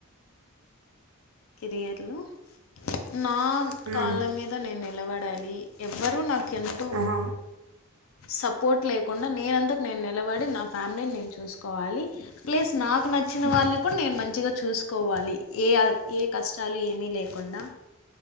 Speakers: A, on the left (about 70°); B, on the right (about 85°).
A: కెరియర్లు నా
B: హ్మ్.
A: కాళ్ళ మీద నేను నిలబడ ఉండాలి ఎవరు నాకు ఎంతో
B: ఆహా!
A: సపోర్ట్ లేకుండా
B: ఓకే.
A: నేనందుకు నేను నిలబడి నా ఫ్యామిలీని నేను చూసుకోవాలి ప్లస్ నాకు నచ్చిన
B: హ్మ్.
A: వాళ్ళని కూడా నేను మంచిగా చూసుకోవాలి ఏ ఏ కష్టాలు ఏమీ లేకుండా